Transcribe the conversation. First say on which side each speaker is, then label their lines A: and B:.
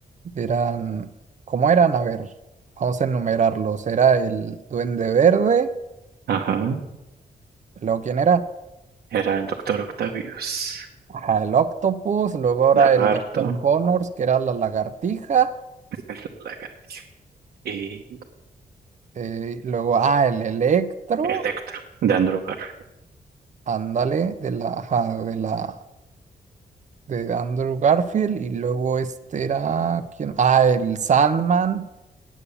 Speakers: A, on the right; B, on the right.
A: Eran, ¿cómo eran? A ver, vamos a enumerarlos. Era el Duende Verde,
B: Ajá.
A: luego ¿quién era?
B: Era el Doctor Octavius,
A: Ajá, el Octopus, luego ahora
B: Lagarto,
A: el Doctor Connors, que era la lagartija,
B: el Lagartijo y
A: eh, luego, ah, el Electro,
B: Electro de Andrew Garfield,
A: ándale, de la, ajá, de la, de Andrew Garfield, y luego este era, ¿quién? Ah, el Sandman,